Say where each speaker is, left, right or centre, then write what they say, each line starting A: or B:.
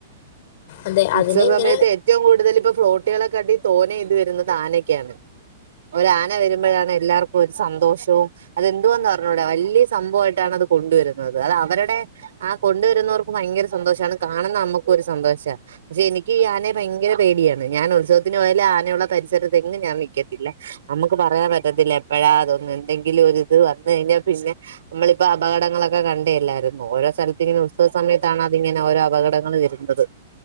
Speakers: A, on the left (about 45°); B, on the right (about 90°).
A: അതെ
B: ഉത്സവ
A: അതിനെ ഇങ്ങനെ
B: സമയത്ത് ഏറ്റവും കൂടുതൽ ഇപ്പം ഫ്ലോട്ട് കുട്ട്യേളക്കടി തോനെ ഇത് വരുന്നത് ആനക്കാണ് ഒര് ആന വരുമ്പഴാണ് എല്ലാർക്കും ഒരു സന്തോഷവും അതെന്തുവാന്ന് അറിഞ്ഞൂട വല്ല്യസംഭവായിട്ടാണ് അത് കൊണ്ടുവരുന്നത് അത് അവരുടെ ആ കൊണ്ടുവരുന്നോർക്കും ഭയങ്കര സന്തോഷാണ് കാണുന്ന അമ്മക്കും ഒരു സന്തോഷാ പക്ഷെ എനിക്ക് ഈ ആനയെ ഭയങ്കര പേടിയാണ് ഞാൻ ഉത്സവത്തിന് പോയാലും ആനയുള്ള പരിസരത്ത് എങ്ങും ഞാൻ നിക്കത്തില്ല അമ്മക്ക് പറയാൻ പറ്റത്തില്ല എപ്പഴാ അതൊന്ന് എന്തെങ്കിലും ഒരിത് വന്ന് കഴിഞ്ഞാ പിന്നെ നമ്മളിപ്പ അപകടങ്ങളൊക്കെ കണ്ടയെല്ലായിരുന്നോ ഓരോ സ്ഥലത്തിങ്ങനെ ഉത്സവ സമയത്താണ് അത് ഇങ്ങനെ ഓരോ അപകടങ്ങള് വരുന്നത്